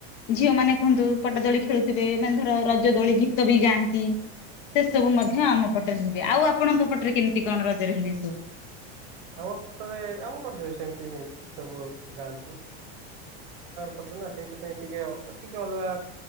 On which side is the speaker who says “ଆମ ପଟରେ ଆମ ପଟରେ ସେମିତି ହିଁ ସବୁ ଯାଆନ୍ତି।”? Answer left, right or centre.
Right